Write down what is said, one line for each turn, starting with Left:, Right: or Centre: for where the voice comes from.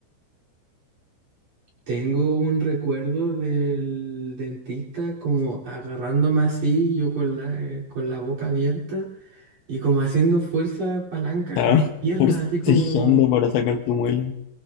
Right: tengo un recuerdo del dentista como agarrándome así, yo con la, eh, con la boca abierta y como haciendo fuerza palanca
Left: Estaba
Right: con las
Left: <laughs>
Right: piernas,
Left: forcejeando
Right: así como,
Left: para sacar tu muela.